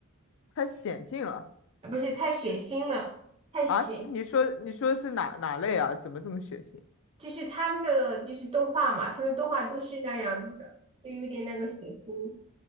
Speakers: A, on the left; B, on the right.
A: 太显性了
B: 啊不是太血腥了，太血，
A: 啊！你说你说是哪哪类啊？怎么这么血腥？
B: 就是他们的就是动画嘛，他们动画都是那样子的，就有点那个血腥。